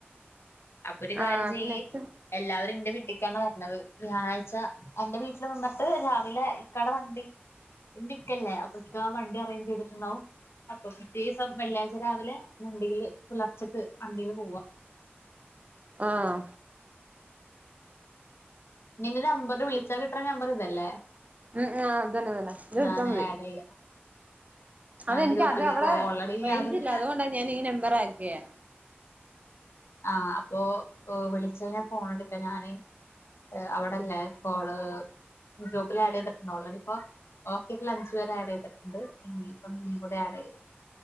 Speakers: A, on the left; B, on the right.
A: അപ്പ ഒരു കാര്യം
B: ആഹ്
A: ചെയ്യ്.
B: അപ്പൊ നെക്സ്റ്റ്
A: എല്ലാവരും എന്റെ വീട്ടിക്കാണ് വരണത്. വ്യാഴാഴ്ച. എന്റെ വീട്ടില് നിന്നിട്ട് രാവിലെ ഇക്കാടെ വണ്ടി ണ്ടിക്കല്ലേ. അപ്പൊ ഇക്കാ വണ്ടി അറേഞ്ച് ചെയ്തിട്ടൊണ്ടാവും. അപ്പൊ പിറ്റേ ദിവസം വെള്ളിയാഴ്ച രാവിലെ വണ്ടിയില് പുലർച്ചെക്ക് അന്തേൽ പോവ.
B: ആഹ്
A: നിന്റെ നമ്പെറിന് വിളിച്ചാ കിട്ടണ നമ്പെറ് ഇതല്ലേ?
B: ഉം ആഹ അതന്നെ ഇതന്നെ ഇത് വിളിച്ചാ
A: ഞാൻ
B: മതി.
A: ആഡ് ചെയ്യാ ഞാൻ
B: അതെനിക്ക്
A: ഗ്രൂപ്പിൽ
B: അത് അവെടെ
A: ഇപ്പോ ഓൾറെഡി
B: റേഞ്ചില്ല.
A: ഞാനൊരു
B: അതുകൊണ്ടാ ഞാനീ നെമ്പറാക്കിയേ.
A: ആഹ് അപ്പോ വിളിച്ച് കഴിഞ്ഞാ ഫോൺ എടുക്കാ നാനേ. ഓ അവെടെല്ലേ. ഇപ്പോള് ഗ്രൂപ്പിൽ ആഡ് ചെയ്തിട്ടുണ്ടോ ഓളടിപ്പോ? ഓഫീസിൽ അഞ്ച് പേരെ ആഡ് ചെയ്തിട്ടുണ്ട്. ഇനിപ്പ നീ കൂടെ ആഡ് ചെയ്യാം.